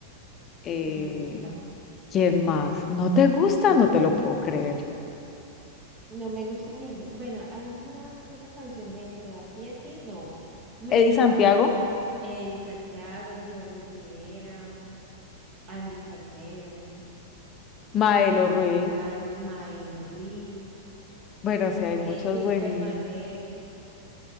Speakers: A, on the left; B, on the right.
A: eh,
B: no me gusta.
A: ¿quién más? ¿No te gusta? No te lo
B: Mm.
A: puedo creer.
B: No me gusta Gilberto. Bueno, hay una que otra canción de él, pero así, así, no. Me
A: Eddie
B: gusta
A: Santiago,
B: Eddie Santiago, Jerry Rivera. Andy Caicedo,
A: Maelo
B: Javier
A: Ruiz.
B: Vaz, Maelo Ruiz,
A: Bueno, sí, hay
B: eh,
A: muchos
B: Víctor
A: buenos.
B: Manuel.